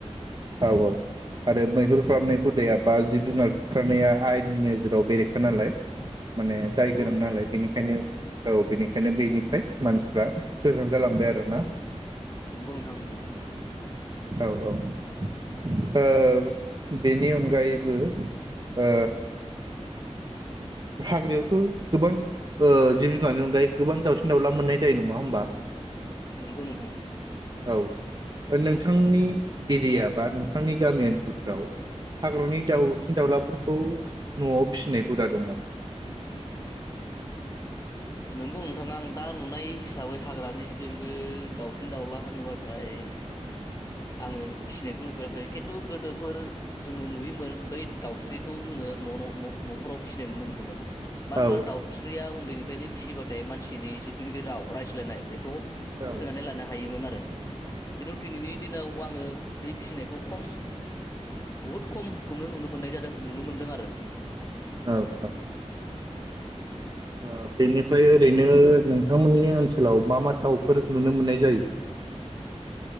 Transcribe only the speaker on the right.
औ औ आरो मैहुर खालामनायखौ बा जिब जुनार बुथारनाया आयेननि नोेजेराव बेरेखा नालाय। माने दाय
गोनां
नालाय बेनिखायनो औ बेनिखायनो बेनिफ्राय मानसिफ्रा गोजान जालांबाय आरो ना।
औ औ ओ बेनि अनगायैबो ओ हाग्रायावथ गोबां ओ जिब जुनारनि अनगायैबो गोबां दाउसिन दाउला मोननाय जायो नङा होमबा
औ नोंथांनि एरिया नोंथांनि गामि ओनसोलफ्राव हाग्रानि दाउसिन दाउलाफोरखौ न'आव फिसिनाय हुदा दं नामा?
औ
औ
औ औ। <unintelligible> बेनिफ्राय ओरैनो नों नोंथांमोननि ओनसोलाव मा मा दावफोर नुनो मोननाय जायो।